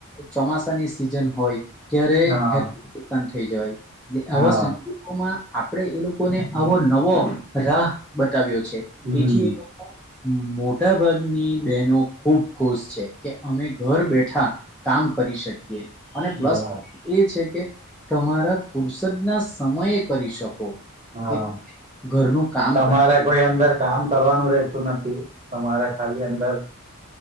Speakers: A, in the centre; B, on the right.
A: ચોમાસાની સિઝન હોય. ક્યારે
B: હા
A: હે થઈ જવાય આવામાં.
B: હા
A: આપણે એ લોકોને આવો નવો રાહ બતાવ્યો છે
B: હમ
A: તેથી એ લોકો. મોટા ભાગની બહેનો ખુબ ખુશ છે કે અમે ઘર બેઠા કામ. કરી શકી્યએ. અને પ્લસ
B: હા
A: એ છે કે તમારા ફુરસદ ના સમયે કરી શકો.
B: હા
A: કે ઘરનું કામ
B: તમારે
A: કરી શકો.
B: કોઈ અંદર કામ કરવાનું. તું નથી તમારે ખાલી અંદર.